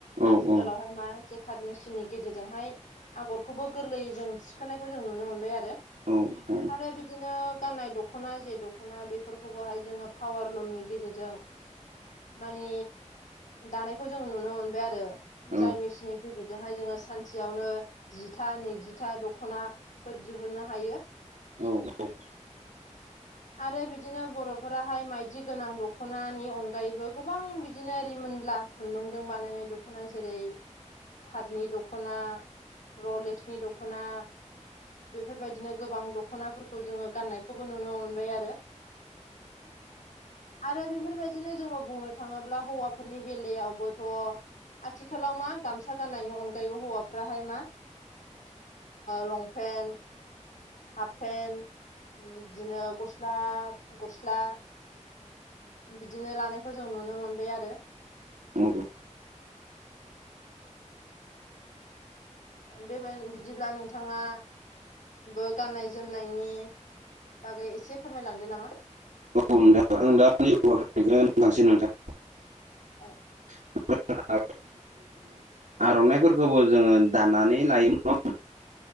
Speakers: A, on the right (about 85°); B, on the left (about 85°).
A: औ
B: आथिखालावहाय
A: औ
B: मा जेकाट मेचिननि गेजेरजोंहाय आगरखौबो गोरलैयै जों सिखोनायखौ जों नुनो मोनबाय आरो
A: औे
B: आरो बिदिनो गाननाय दख'ना जे दख'ना बेफोरखौबोहाय जोङो पावार लुमनि गेजेरजों मानि दानायखौ जों नुनो मोनबाय आरो
A: औ
B: जाय मेसिननि गेजेरजोंहाय जोङो सानसेयावनो जिथा नैजिथा दख'नाफोर दिहुननो हायो
A: औ औ
B: आरो बिदिनो बर'फोराहाय माइदि गोनां दख'नानि अनगायैबो गोबां बिदिनो रिमोनला खुन्दुंजों बानायनाय दख'ना जेरै पाटनि दख'ना रलेक्सनि दख'ना बेफोरबायदिनो गोबां दख'नाफोरखौ जोङो गाननायखौबो नुनो मोनबाय आरो आरो बेफोरबायदिनो जोङो बुंनो थाङोब्ला हौवाफोरनि बेलायावबोथ' आथिखालाव मा गामसा गाननायनि अनगायैबो हौवाफ्राहाय मा लं पेन्ट हाफ पेन्ट बिदिनो हाफ गस्ला बिदिनो लानायखौ जों नुनो मोनबाय आरो
A: औ
B: बेबाय बिदिब्ला नोंथाङा ब गाननाय जोमनायनि बागै एसे फोरमायलांदो नामा
A: औ नोंथां आं दानि थांसै नोंथां
B: औ
A: <unintelligible> आर'नाइफोरखौबो जोङो दानानै लायोमोन